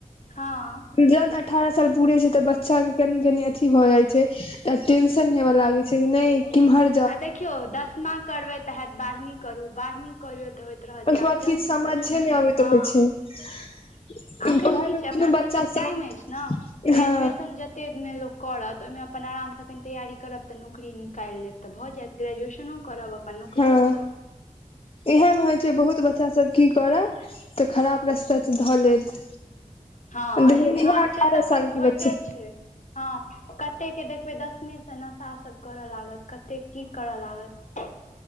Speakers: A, on the left; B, on the left.
A: हँ
B: जन अठारह साल पूरे छै तऽ बच्चा के कनि कनि अथि भए जाय छै तऽ टेंशन हेवा लागे छै नहि किम्हर
A: आ देखियौ दसमा करबे तऽ हयत बारहवीं करू बारहवीं करलियौ तऽ हो रह
B: ओहिके
A: जायब
B: बाद किछु
A: जल्दी
B: समझे
A: से कोनो
B: नहि अबैत
A: हँ
B: <inaudible>
A: एखन
B: उएह
A: की
B: मे
A: छै अपना
B: कोनो बच्चा
A: सभ लग
B: सब
A: टाइम अछि ने ग्रेजुएशन
B: हँ
A: जत दिन मे लोक करत ओहि मे अपन आराम से कनी तैयारी करब तऽ नौकरी निकालि लेब तऽ भऽ जायत ग्रेजुएशनों करब अपन नौकरियो
B: हँ
A: करब
B: एहेन होइ छै बहुत बच्चा सब की करत तऽ खराब रास्ता त धऽ लेत
A: हँ
B: देखियौ
A: एहिहमे ह
B: इएह अठारह
A: से तऽ
B: साल के
A: होइते
B: बच्चे
A: छै हँ कते के देखबे दसमी से नशा सब करऽ लागत कतेक की करय लागत